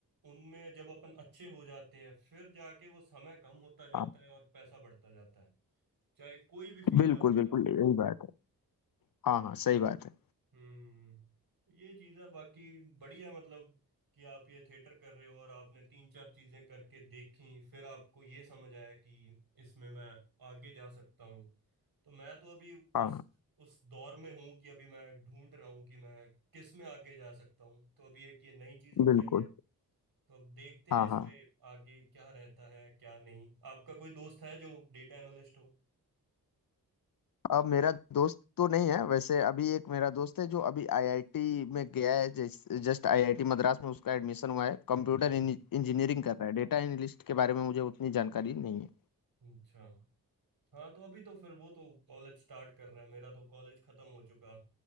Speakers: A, on the right; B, on the left.
A: उनमें जब अपन अच्छे हो जाते हैं फिर जाके वो समय कम होता जाता
B: हाँ
A: है और पैसा बढ़ता जाता है चाहे कोई भी फील्ड
B: बिल्कुल
A: आप उठा
B: बिल्कुल
A: लो
B: यही बात है हाँ हाँ सही बात है
A: हम्म तो ये चीज़ है बाकी बढ़िया मतलब कि आप ये थिएटर कर रहे हो और आपने तीन चार चीज़ें करके देखी फिर आपको ये समझ आया कि इसमें मैं आगे जा सकता हूँ तो मैं तो अभी उस
B: हाँ हाँ,
A: उस दौर में हूँ कि अभी मैं ढूंढ रहा हूँ कि मैं किस में आगे जा सकता हूँ तो अभी एक ये नई चीज़ उठाई
B: बिल्कुल
A: है तो अब देखते
B: हाँ
A: हैं इसमें
B: हाँ
A: आगे क्या रहता है क्या नहीं आपका कोई दोस्त है जो डेटा एनालिस्ट हो
B: अब मेरा दोस्त तो नहीं है वैसे अभी एक मेरा दोस्त है जो अभी आईआईटी में गया है Just आईआईटी Madras में उसका एडमिशन हुआ है कंप्यूटर
A: हम्म
B: इंजीनियरिंग कर रहा है डेटा एनालिस्ट के बारे में मुझे उतनी जानकारी नहीं है
A: अच्छा हाँ तो अभी तो फिर वो तो कॉलेज स्टार्ट कर रहा है मेरा तो कॉलेज खत्म हो चुका